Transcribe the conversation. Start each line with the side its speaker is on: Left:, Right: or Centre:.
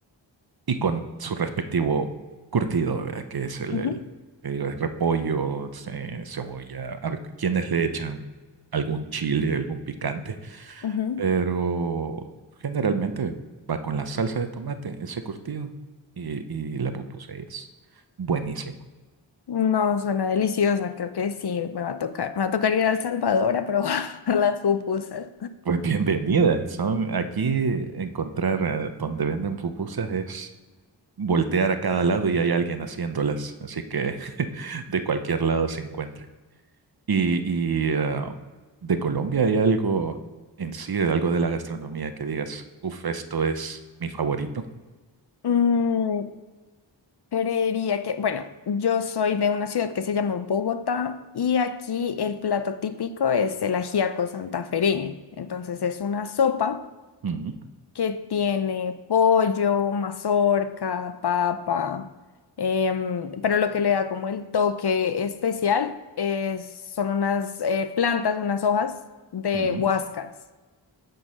Right: y con su respectivo curtido, vea, que es el,
Left: Ujú,
Right: el, te digo, es repollo, ce- cebolla. A ver, quienes le echan algún chile, algún picante,
Left: ujú.
Right: pero generalmente va con la salsa de tomate, ese curtido, y, y la pupusa y es buenísima.
Left: No, suena deliciosa. Creo que sí, me va a tocar. Me va a tocar ir a El Salvador a probar <laughs> las pupusas.
Right: Pues bienvenidas. Son aquí encontrar eh, donde venden pupusas es voltear a cada lado y hay alguien haciéndolas. Así que <laughs> de cualquier lado se encuentran. Y, y eh, de Colombia hay algo en sí, algo de la gastronomía que digas, uff, esto es mi favorito.
Left: Mm, Creería que, bueno, yo soy de una ciudad que se llama Bogotá y aquí el plato típico es el ajiaco santafereño. Entonces es una sopa
Right: Ujú,
Left: que tiene pollo, mazorca, papa, em, pero lo que le da como el toque especial es, son unas eh, plantas, unas hojas de
Right: ujú.
Left: huascas.